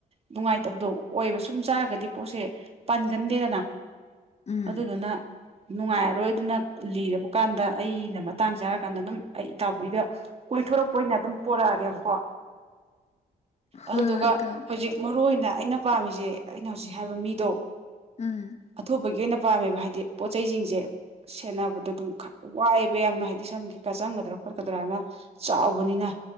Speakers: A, on the right; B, on the left.
A: ꯅꯨꯡꯉꯥꯏꯇꯕꯗꯣ ꯑꯣꯏꯕ ꯁꯨꯝ ꯆꯥꯔꯒꯗꯤ ꯄꯣꯠꯁꯦ ꯄꯥꯟꯒꯟꯗꯦꯗꯅ
B: ꯎꯝ
A: ꯑꯗꯨꯗꯨꯅ ꯅꯨꯡꯉꯥꯏꯔꯔꯣꯏ ꯑꯗꯨꯅ ꯂꯤꯔꯕ ꯀꯥꯟꯗ ꯑꯩꯅ ꯃꯇꯥꯡ ꯆꯥꯔꯀꯥꯟꯗ ꯑꯗꯨꯝ ꯑꯩ ꯇꯥꯎꯕꯤꯗ ꯀꯣꯏꯊꯣꯔꯛꯄ ꯑꯣꯏꯅ ꯑꯗꯨꯝ ꯄꯣꯔꯛ ꯑꯒꯦꯕꯀꯣ
B: ꯍꯣꯏ
A: ꯑꯗꯨꯗꯨꯒ
B: ꯍꯣꯏ ꯏꯇꯥꯎ
A: ꯍꯧꯖꯤꯛ ꯃꯔꯨ ꯑꯣꯏꯅ ꯑꯩꯅ ꯄꯥꯝꯃꯤꯁꯦ ꯑꯩꯅ ꯍꯧꯖꯤꯛ ꯍꯥꯏꯕ ꯃꯤꯗꯣ
B: ꯎꯝ
A: ꯑꯊꯨꯕꯥꯒꯤ ꯑꯣꯏꯅ ꯄꯥꯝꯃꯦꯕ ꯍꯥꯏꯗꯤ ꯄꯣꯠꯆꯩ ꯁꯤꯡꯁꯦ ꯁꯦꯟꯅꯕꯗ ꯑꯗꯨꯝ ꯈꯔ ꯋꯥꯏꯑꯕ ꯌꯥꯝꯅ ꯍꯥꯏꯗꯤ ꯁꯟ ꯀꯩꯀ ꯆꯪꯒꯗ꯭ꯔꯥ ꯈꯣꯠꯀꯗ꯭ꯔꯅ ꯆꯥꯎꯕꯅꯤꯅ